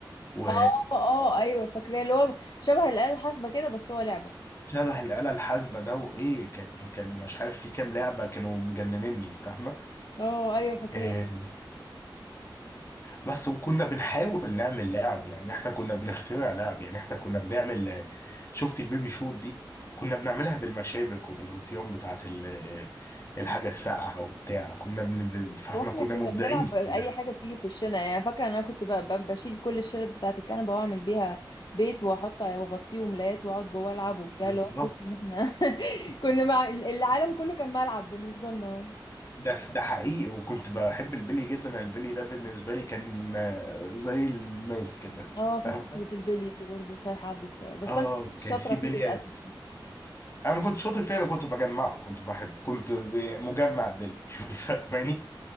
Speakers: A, on the left; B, on the left.
A: و
B: اه اه ايوه فاكراه اللي هو شبه الآلة الحاسبة كده بس هو لعبة
A: شبه الآلة الحاسبة ده وإيه كان كان مش عارف في كام لعبة كانوا مجننني فاهمة
B: اه ايوه فاكراه
A: آه، بس وكنا بنحاول نعمل لعب يعني احنا كنا بنخترع لعب يعني احنا كنا بنعمل شفت البيبي فود دي كنا بنعملها بالمشابك وبالغطيان بتاعت ال- الحاجة الساقعة وبتاع كنا بن- فاهمة
B: واحنا
A: كنا
B: كنا
A: مبدعين
B: بنلعب
A: في
B: اي
A: اللعب
B: حاجه بتيجي في وشنا يعني فاكره ان انا كنت ب- ب- بشيل كل الشلت بتاعه الكنبه واعمل بيها بيت واحط واغطيه وملايات واقعد جوه العب وبتاع
A: بالظبط
B: اللي هو تحس ان احنا <laughs> كنا مع العالم كله كان ملعب بالنسبه لنا
A: ده ده حقيقي وكنت بحب البلي جدا أنا البلي ده بالنسبة لي كان آه، زي الماس كده
B: اه في
A: فاهمة
B: فقره البلي دي برضه صحيح عدت بس
A: اه
B: انا ما كنتش
A: كان
B: شاطره
A: في
B: فيه
A: بلي
B: للاسف
A: انا ما كنت شاطر فيه انا كنت بجمعه كنت بحب كنت مجمع بلي <laughs> فاهماني